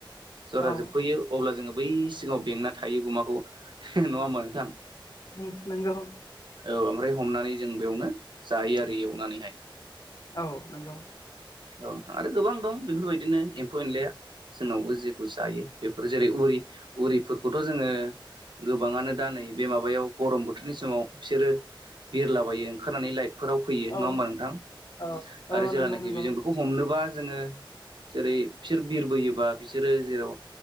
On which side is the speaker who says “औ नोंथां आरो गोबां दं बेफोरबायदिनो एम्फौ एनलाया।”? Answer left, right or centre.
Right